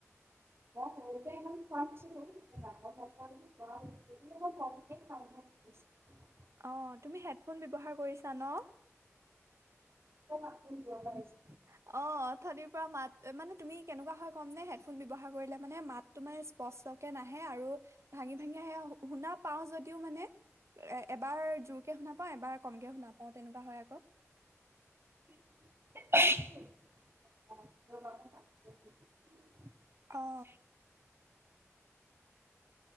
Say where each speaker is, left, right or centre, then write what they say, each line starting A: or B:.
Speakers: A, on the right; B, on the right.
A: <inaudible>
B: অ তুমি হেডফোন ব্যৱহাৰ কৰিছা ন।
A: <unintelligible>
B: অ অঠনিৰ পৰা মাত মানে তুমি কেনেকুৱা হয়। কমনে। ফোন ব্যৱহাৰ কৰিলে মানে মাতটো মানে স্পষ্ট। নাহে আৰু ভাঙি ভাঙি। সয়ে শুনা পাওঁ যদিও মানে এ এবাৰ জোৰকে শুনা পা এবাৰ কমকে শুনা পাওঁ। অ তেনেকুৱা হয় আকৌ।
A: <unintelligible>
B: অ।